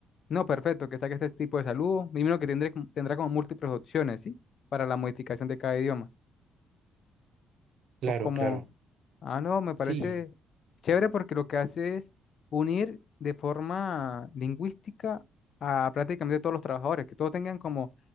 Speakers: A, on the left; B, on the right.
A: No, perfecto, que saque este tipo de saludo. Mínimo que tendré, como- tendrá como múltiples opciones, ¿sí? Para la modificación de cada idioma.
B: Claro,
A: O como,
B: claro.
A: ah, no, me parece
B: Sí.
A: chévere porque lo que hace es unir de forma lingüística a prácticamente todos los trabajadores, que todos tengan como